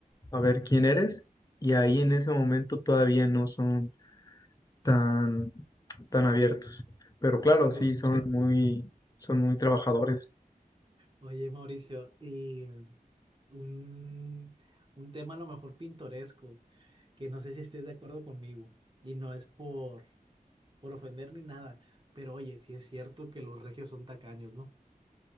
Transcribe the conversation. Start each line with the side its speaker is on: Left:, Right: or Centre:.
Left: a ver quién eres y ahí en ese momento todavía no son tan, tan abiertos. Pero claro,
Right: Sí.
Left: sí, son muy, son muy trabajadores.
Right: Oye, Mauricio, y un, un tema a lo mejor pintoresco, que no sé si estés de acuerdo conmigo, y no es por, por ofender ni nada, pero oye, sí es cierto que los regios son tacaños, ¿no?